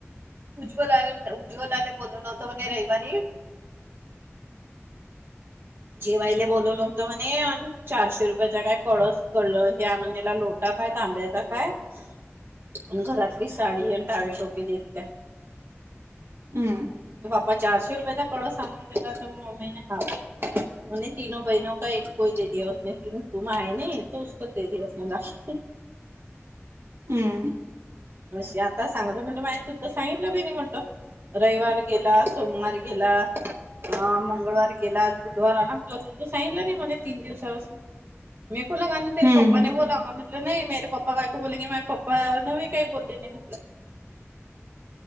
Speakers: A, on the right (about 50°); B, on the right (about 85°).
A: उज्ज्वलाने उज्ज्वलाने- बोललो नव्हतो म्हणे रविवारी- जेवायला बोलवलं होतं म्हणे. चारशे रुपयाचा काय कळस कळ हे आणून दिला लोटा काय तांब्या का काय आणि घरातली साडी आणि टावेल टोपी दिली काय.
B: हम्म.
A: मग चारशे रुपयाेचा कळस आणून दिला तर मम्मीने हवा- म तीनो बहिनो का एक कोय दे दने तीन तुम आय न तक दे दने-
B: हम्म.
A: अशी आता सांग <unintelligible> तु सांगितलं बी नाही म्हटलं- रविवार गेला, सोमवार गेला, अ मंगळवार गेला, बुधवार आला म्हटल तुम्ही तर सांगितलं नाही मले तीन दिवसापासून- मेकलागा त तेे
B: हम्म
A: पापपा
B: हम्म
A: न बला लाग म- नाही मेरे पप्पा कायको बोलेंगे मेरे पप्पा <unintelligible> बोलले नाही म्हटलं.